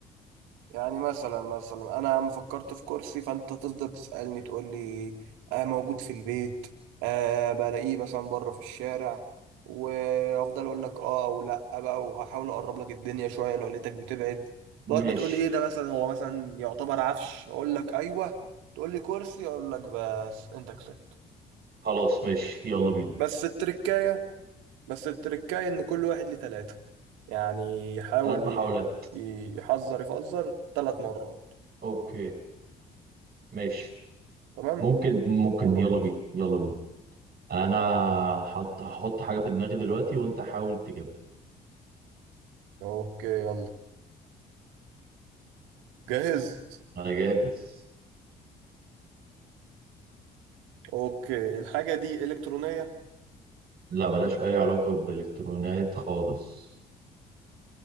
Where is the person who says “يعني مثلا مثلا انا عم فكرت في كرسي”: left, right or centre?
Right